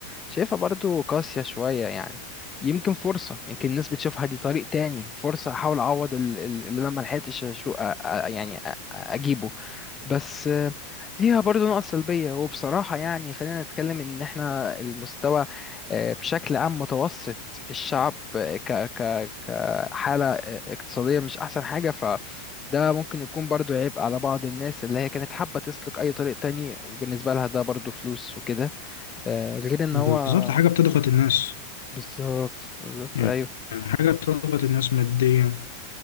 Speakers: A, on the left; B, on the left.
A: شايفها برضو قاسيه شويه يعني يمكن فرصه يمكن الناس بتشوفها دي طريق تاني فرصه احاول اعوض ال- ال- اللي انا ما لحقتش أشو... أ... أ... يعني أ... أ- اجيبه بس آه، ليها برضه نقط سلبية وبصراحة يعني خلينا نتكلم إن إحنا المستوى آه، بشكل عام متوسط الشعب آه، ك ك كحالة آه، اقتصادية مش أحسن حاجة فده ممكن يكون برضه عيب على بعض الناس اللي هي كانت حابة تسلك أي طريق تاني وبالنسبة لها ده برضه فلوس وكده آه، غير إن
B: بالظبط
A: هو
B: حاجه بتضغط
A: مم،
B: الناس
A: بالظبط بالظبط
B: يعني
A: أيوه
B: حاجه بتضغط الناس ماديا